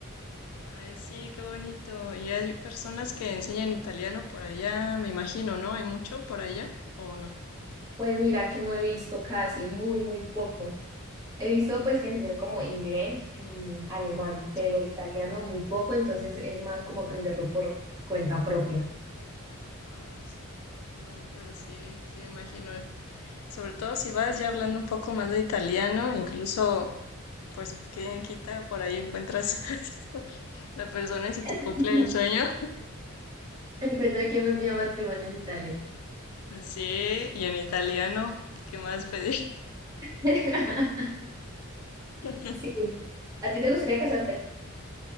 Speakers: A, on the left; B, on the right.
A: Ay, sí, qué bonito. Y hay personas que enseñan italiano por allá, me imagino, ¿no? ¿Hay mucho por allá o no?
B: Pues mira que no he visto casi, muy, muy poco. He visto
A: Mm,
B: pues que enseñan como inglés y alemán,
A: mm,
B: pero
A: sí.
B: italiano muy poco, entonces es más como aprenderlo por cuenta propia.
A: Ah, sí. No, pero sí, sí me imagino. Sobre todo si vas ya hablando un poco más de italiano, incluso, pues, ¿quién quita? Por ahí encuentras <laughs> la persona y si te cumple
B: <laughs>
A: el sueño.
B: Encuentra quién me pida matrimonio en Italia.
A: Sí, y en italiano, ¿qué más pedir?
B: <laughs>
A: <laughs>
B: Sí. ¿A ti te gustaría casarte?